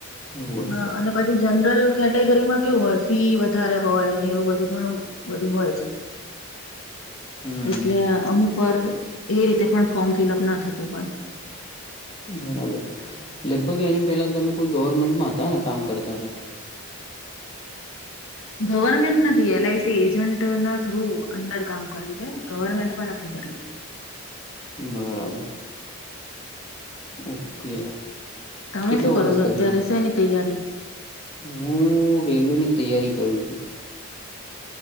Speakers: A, on the left (about 25°); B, on the left (about 70°).
A: એવું હોય
B: હા
A: છે
B: અને પછી જનરલ કેટેગરીમાં કેવું હોય ફી વધારે હોય ને એવું બધું ઘણું બધું હોય છે.
A: હમ
B: એટલે અમુક વાર એ રીતે પણ ફોર્મ ફિલઅપ ના થતું હોય.
A: બરાબર લગભગ એની પહેલાં તમે કોઈ ગવર્મેન્ટમાં હતા ને કામ કરતા હતા
B: ગવર્મેન્ટ નથી એલઆઈસી એજન્ટ ના થ્રુ અંદર કામ કર્યું છે, ગવર્મેન્ટ પણ નથી કરીયુ
A: બરાબર ઓકે.
B: તમે
A: કેટલા
B: શું કરો
A: વરસ
B: છો
A: કર્યું
B: અત્યારે શેની તૈયારી?
A: હું રેલવેની તૈયારી કરું છું.